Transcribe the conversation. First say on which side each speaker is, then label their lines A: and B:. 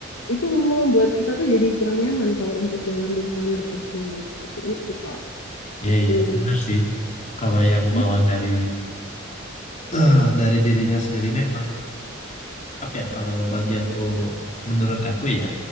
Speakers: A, on the left (about 85°); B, on the left (about 40°).
A: itu membuat kita tuh jadi kurang nyaman kalau untuk dalam lingkungan bekerja seperti itu Kak.
B: Iya,
A: Gitu.
B: iya, benar sih. Kalau yang
A: Gitu.
B: bawaan dari eh, dari dirinya sendiri ini emang apa ya kalau bagi aku menurut aku ya